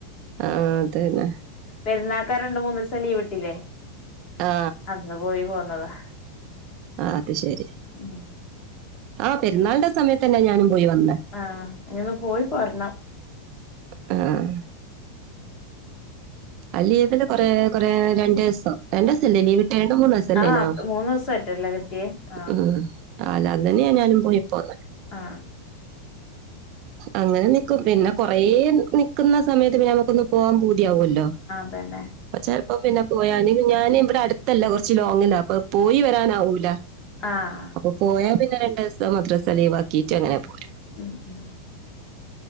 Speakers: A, on the right; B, on the left.
A: ആഹ അതന്നെ
B: പെരുന്നാക്കാ രണ്ട മൂന്ന്ു ദിവസം ലീവ് ഇട്ടില്ലേ
A: ആ
B: അന്ന് പോയി പോന്നതാ
A: ആ അത് ശരി
B: ഉം
A: ആഹ പെരുന്നാളിന്റെ സമയത്ത് തന്നെ ഞാനും പോയി വന്ന
B: ആഹ ഇനി ഒന്ന് പോയി കൊരണം
A: ആഹ അ ലീവല് കൊറെ കൊറെ രണ്ട് ദിവസം രണ്ട ദിവസല്ലേ ലീ രേണ്ട് മൂന്ന് സല്ലേനോ
B: ആഹ് മൂന്ന് ദിവസായിട്ടല്ലേ കിട്ടിയേ ആഹ്
A: ഉം. ആല്ല അന്നെന്നാ ഞാനും പോയി പോന്നെ
B: ആ
A: അങ്ങനെ നിക്കും പിന്നെ കൊറേ നിക്കുന്ന സമയത്ത് പിന്നെ നമുക്കൊന്ന് പോവാൻ കല്ലോ
B: അതല്ലേ
A: ചെലപ്പോ പിന്നെ പോയാ അല്ലെങ്കിൽ ഞാൻ ഇവിടെ ട്ത്തല്ല കൊറച്ച് ലോങ്ങില അപ്പൊ പോയി വരാനാവൂല്ല.
B: ആഹ്
A: അപ്പൊ പോയാ പിന്നെ രണ്ടു ദിസം മദ്രസ ലീവാക്കിറ്റ് അങ്ങനെ പോരും.
B: ഉം ഉം